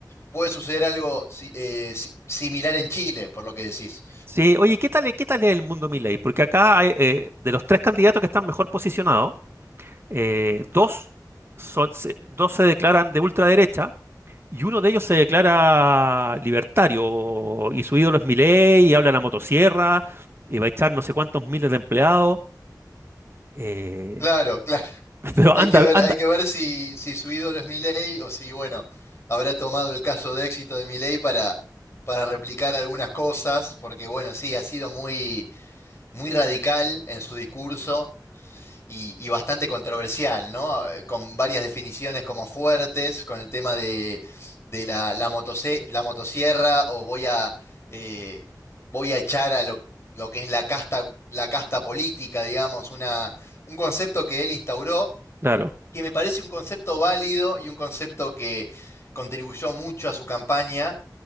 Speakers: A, on the left; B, on the right.
A: Puede suceder algo si- eh, si- similar en Chile, por lo que decís.
B: Sí, oye, ¿qué tal, qué tal es el mundo Milei? Porque acá, hay, eh, de los tres candidatos que están mejor posicionados, eh, dos, son- se, dos se declaran de ultraderecha y uno de ellos se declara libertario. Y su ídolo es Milei y habla de la motosierra y va a echar no sé cuántos miles de empleados. eh,
A: Claro, claro.
B: <laughs> pero
A: Hay
B: anda,
A: que ver,
B: anda,
A: hay que ver si, si su ídolo es Milei o si, bueno, habrá tomado el caso de éxito de Milei para, para replicar algunas cosas, porque bueno, sí, ha sido muy, muy radical en su discurso y, y bastante controversial, ¿no? Eh, Con varias definiciones como fuertes, con el tema de, de la, la motose- la motosierra o voy a, eh, voy a echar a lo, lo que es la casta, la casta política, digamos, una, un concepto que él instauró,
B: claro.
A: que me parece un concepto válido y un concepto que contribuyó mucho a su campaña